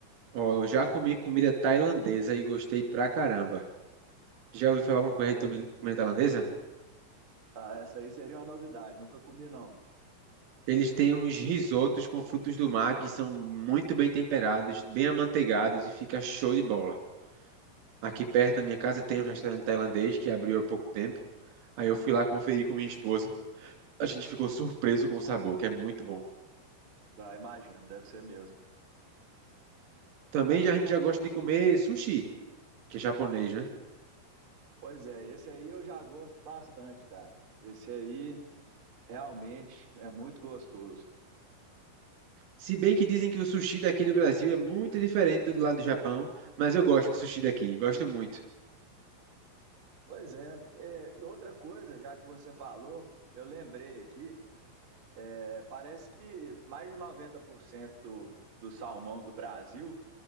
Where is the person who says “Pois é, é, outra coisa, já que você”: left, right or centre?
Right